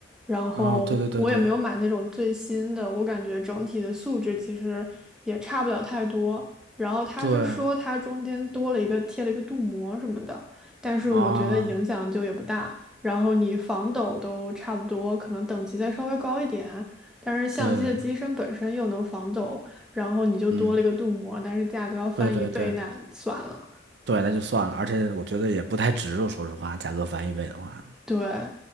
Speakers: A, in the centre; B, on the right.
A: 然后我也没有买那种最新的，
B: 啊，对对对对
A: 我感觉整体的素质其实也差不了太多。然后他是说它中间多了一个贴了一个镀膜什么的，
B: 对
A: 但是我觉得影响就也不大。
B: 啊，
A: 然后你防抖都差不多，可能等级再稍微高一点，但是相机的机身本身又能防抖。
B: 对，
A: 然后你就多了一个镀膜，
B: 嗯，
A: 但是价格要翻一倍，
B: 对对对
A: 那算了。
B: 对，那就算了，而且我觉得也不太值，我说实话，价格翻一倍的话，
A: 对，